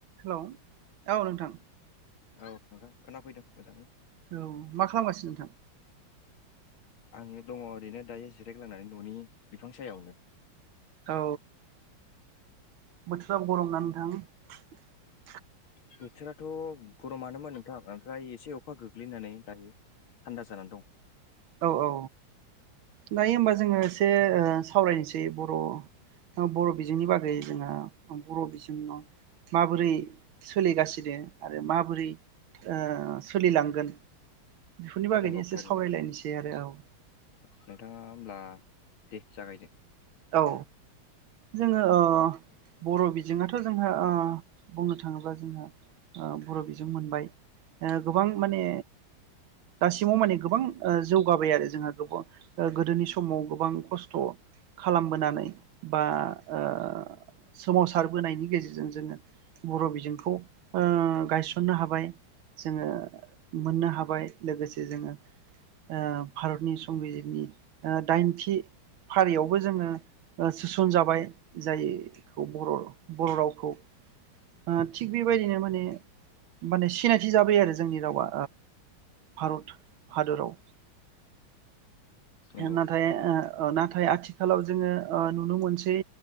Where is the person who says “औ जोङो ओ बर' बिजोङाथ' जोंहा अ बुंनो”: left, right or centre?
Right